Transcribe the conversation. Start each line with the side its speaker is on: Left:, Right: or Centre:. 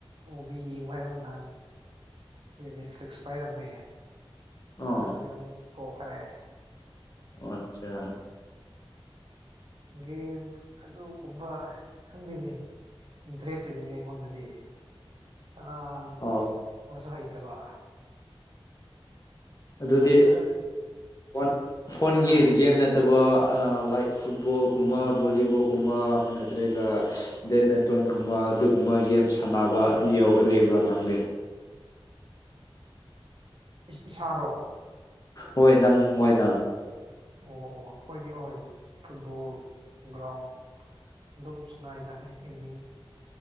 Right: ꯃꯨꯚꯤ ꯌꯦꯡꯕ꯭ꯥꯔ ꯍꯥꯏꯕꯕꯨ ꯅꯍꯥꯟ ꯗꯤ ꯅꯦꯠꯐ꯭ꯂ꯭ꯤꯛꯁ ꯄꯥꯏꯔꯝꯃꯦ
Left: ꯑꯣ
Right: ꯑꯗꯨꯗꯤ ꯑꯃꯨꯛ ꯇꯣꯛꯈꯔꯦ
Left: ꯑꯣ ꯑꯠꯆꯥ
Right: ꯒꯦꯝ ꯑꯗꯨꯒꯨꯝꯕ ꯈꯪꯗꯦꯅꯦ ꯏꯟꯇ꯭ꯔꯦꯁ ꯂꯩꯇ‌ꯦꯅꯦ ꯑꯩꯉꯣꯟꯗꯗꯤ ꯑꯥ
Left: ꯑꯣ
Right: ꯃꯁꯨ ꯍꯩꯇꯕ
Left: ꯑꯗꯨꯗꯤ
Right: ꯍꯥꯏꯗꯤ ꯐꯖꯅ
Left: ꯋꯥꯟ ꯐꯣꯟꯒꯤ ꯗ ꯒꯦꯝ ꯅꯠꯇꯕ ꯑꯥ ꯂ꯭ꯥꯏ꯭ꯛ ꯐꯨꯠꯕꯣꯜ ꯀꯨꯝꯕ ꯕꯣꯜꯂꯤꯕꯣꯜ ꯀꯨꯝꯕ ꯅꯠꯇ꯭ꯔꯒ ꯑ꯭ꯁ ꯕꯦꯠꯃꯤꯟꯇꯣꯟꯒꯨꯝꯕ ꯑꯗꯨꯒꯨꯝꯕ ꯒꯦꯝ ꯁꯥꯟꯅꯕ ꯌꯧ ꯂꯩꯕ꯭ꯔꯣ ꯅꯪꯗꯤ
Right: ꯏꯁ ꯏꯁꯥꯔꯣ
Left: ꯍꯣꯏ ꯅꯪ ꯃꯣꯏꯅ
Right: ꯑꯣ ꯑꯣ ꯑꯩꯈꯣꯏꯗꯤ ꯑꯣꯏ ꯐꯨꯠꯕꯣꯜ ꯒ꯭ꯔ꯭ꯥꯎ꯭ꯟ ꯑꯗꯨꯝ ꯁꯅꯥꯏꯗ ꯑꯩ ꯏꯚꯤꯅꯤꯡ